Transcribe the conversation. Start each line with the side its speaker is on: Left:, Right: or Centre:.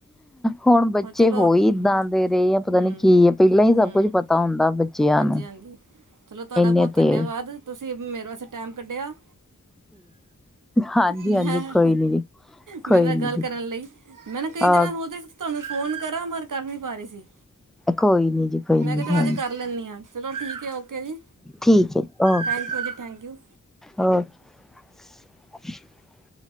Centre: ਹੁਣ ਬੱਚੇ
Right: ਹੋਰ ਚਲੋ
Centre: ਹੋਈ
Right: ਹਮ
Centre: ਇਏਦਾਂ ਦੇ ਰਹੇ ਆ ਪਤਾ ਨੀ ਕੀ ਹੈ ਪਹਿਲਾਂ ਹੀ
Right: ਹਮ
Centre: ਸਭ ਕੁੱਝ ਪਤਾ ਹੁੰਦਾ ਬੱਚਿਆਂ
Right: ਹਾਂਜੀ
Centre: ਨੂੰ,
Right: ਹਾਂਜੀ ਚਲੋ ਤੁਹਾਡਾ
Centre: ਇਨੇ
Right: ਬਹੁਤ ਧੰਨਵਾਦ
Centre: ਤੇਜ।
Right: ਤੁਸੀਂ ਮੇਰੇ ਵਾਸਤੇ ਟਾਈਮ ਕੱਢਿਆ।
Centre: ਹਾਂਜੀ
Right: ਮੈਂ,
Centre: ਹਾਂਜੀ ਕੋਈ ਨੀ ਜੀ
Right: ਮੈਨੂੰ
Centre: ਕੋਈ
Right: ਇਹ
Centre: ਨੀ
Right: ਗੱਲ
Centre: ਜੀ
Right: ਕਰਨ ਲਈ, ਮੈਂ ਨਾ ਈ
Centre: ਅ
Right: ਉਹਦੇ <unintelligible> ਤੁਹਾਨੂੰ ਫੋਨ ਕਰਾਂ ਮਰ ਕਰ ਨੀ ਪਾ ਰੀ ਸੀ।
Centre: ਕੋਈ ਨੀ ਜੀ ਕੋਈ
Right: ਮੈਂ
Centre: ਨੀ
Right: ਕਿਆ ਚਲ
Centre: ਥੈਂਕ
Right: ਅੱਜ ਕਰ ਲੈਂਣੀ ਆਂ, ਚਲੋ ਠੀਕ ਹੈ, ਓਕੇ ਜੀ।
Centre: ਠੀਕ ਹੈ ਜੀ ਓਕੇ
Right: ਥੈਂਕ ਯੂ ਜੀ, ਥੈਂਕ ਯੂ।
Centre: ਓਕੇ <unintelligible>